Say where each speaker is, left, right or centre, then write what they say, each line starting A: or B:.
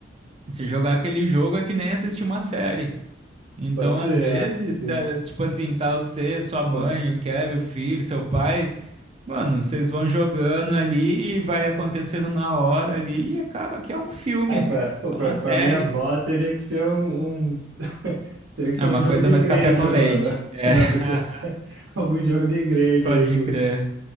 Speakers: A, on the right; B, on the right.
A: se jogar aquele jogo é que nem assistir uma série. Então,
B: Pode ser,
A: às
B: é,
A: vezes, né,
B: sim.
A: tipo assim, tá você, sua mãe,
B: Pô,
A: o Kevin, o filho, seu pai. Mano, vocês vão jogando ali e vai acontecendo na hora ali e acaba que é um filme,
B: é, pra, pô,
A: é
B: pra,
A: uma série,
B: pra minha avó teria que ser um, um- <laughs> teria que ser
A: é uma
B: um jogo
A: coisa
B: de igreja,
A: mais café com leite.
B: mano. <laughs>
A: É,
B: Não,
A: <laughs>
B: tem que ser <laughs> algum jogo de igreja
A: pode
B: aí. Com,
A: crer.